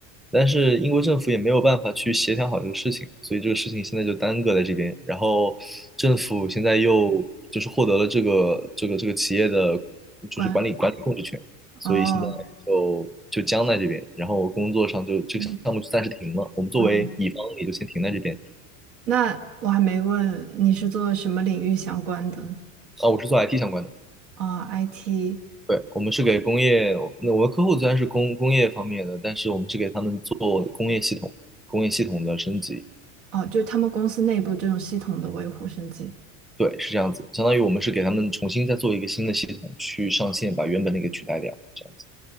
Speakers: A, in the centre; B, on the right.
A: 但是英国政府也没有办法去协调好这个事情，所以这个事情现在就耽搁在这边。然后政府现在又就是获得了这个这个这个企业的，就是管理管理控制权，
B: 关
A: 所以现在就就僵在这边，
B: 哦，
A: 然后工作上就这个项目就暂时停了。
B: 嗯
A: 我们作为乙方也就先停在这边。
B: 嗯，那我还没问你是做什么领域相关的
A: 啊，我是做 IT 相关的，
B: 啊 i t
A: 对，我们是给工业，那我的客户虽然是工工业方面的，但是我们是给他们做工业系统、工业系统的升级，
B: 哦，就是他们公司内部这种系统的维护升级，
A: 对，是这样子，相当于我们是给他们重新再做一个新的系统去上线，把原本那个取代掉，这样子。